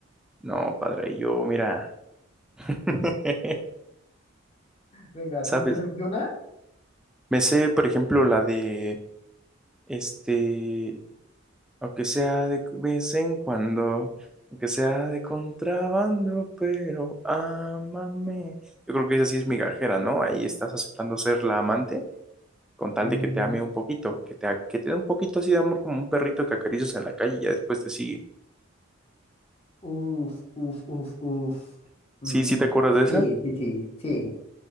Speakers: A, in the centre; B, on the left (about 30°).
A: No, padre, yo, mira. <laughs>
B: Venga,
A: ¿Sabes?
B: ¿tú te sabes una?
A: Me sé, por ejemplo, la de este, aunque sea de vez en cuando, aunque sea de contrabando, pero ámame. Yo creo que esa sí es migajera, ¿no? Ahí estás aceptando ser la amante con tal
B: Mm,
A: de que te ame un poquito, que te, a- que te dé un poquito así de amor como un perrito que acaricias en la calle y ya después te sigue.
B: uf, uf, uf, uf.
A: Sí,
B: Mm,
A: sí, ¿te acuerdas de esa?
B: sí, sí, sí, sí.